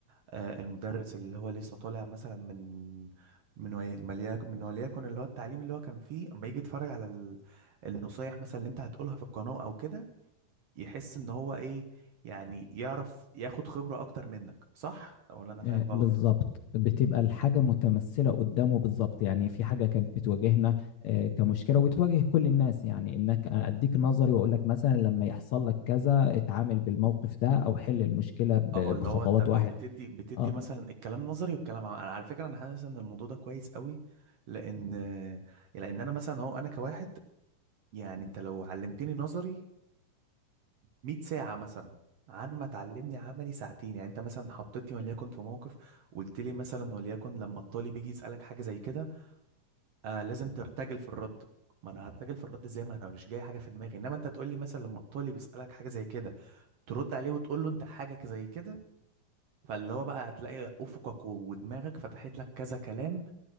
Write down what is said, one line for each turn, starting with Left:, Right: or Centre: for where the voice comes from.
Right: آه، المدرس اللي هو لسه طالع مثلا من من ولي- مليك- من وليكن اللي هو التعليم اللي هو كان فيه اما يجي يتفرج على ال- النصايح مثلا اللي انت هتقولها في القناة او كده يحس ان هو ايه يعني يعرف ياخد خبرة اكتر منك صح ولا انا فاهم
Left: آه،
Right: غلط
Left: بالظبط بتبقى الحاجة متمثلة قدامه بالظبط يعني في حاجة كانت بتواجهنا آه، كمشكلة وبتواجه كل الناس يعني انك اديك نظري واقول لك مثلا لما يحصل لك كذا اتعامل بالموقف ده او حل المشكلة ب-
Right: اه اللي
Left: بخطوات
Right: هو انت
Left: واحد
Right: بتدي بتدي
Left: آه،
Right: مثلا الكلام نظري والكلام عملي انا على فكرة انا حاسس ان الموضوع ده كويس قوي لان لان انا مثلا هو انا كواحد يعني انت لو علمتني نظري 100 ساعة مثلا عن ما تعلمني عملي ساعتين يعني انت مثلا حطيتني وليكن في موقف قلت لي مثلا وليكن لما الطالب بيجي يسألك حاجة زي كده آه لازم ترتجل في الرد ما انا هرتجل في الرد ازاي ما انا مش جاي حاجه في دماغي انما انت تقول لي مثلا لما الطالب يسالك حاجه زي كده ترد عليه وتقول له انت حاجه زي كده فاللي هو بقى هتلاقي افقك ودماغك فتحت لك كذا كلام